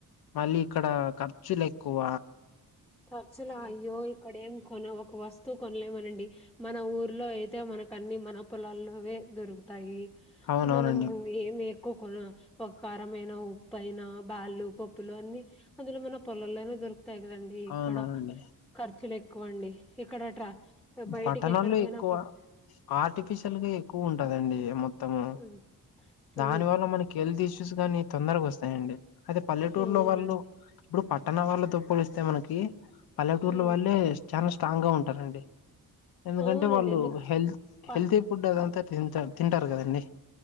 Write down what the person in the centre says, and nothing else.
ఖర్చుల అయ్యో ఇక్కడ ఏం కొన ఒక వస్తువు కొనలేమనండి మన ఊర్లో అయితే మన మనకన్ని మన పొలాల్లోవె దొరుకుతాయి
మనం ఏం ఎక్కువ కొర ఒక కారమైన ఉప్పయిన బళ్ళు పప్పులు అన్ని అందులో మన పొలల్లోనే దొరుకుతాయి గదండి
ఇక్కడ ఖర్చులు ఎక్కువండి ఇక్కడ ట్ర బయటికి
ఎక్కడికైనా
పో
ఉ ఉ
అవునండి
ఉ
అవునండి
ఎందుకు
ప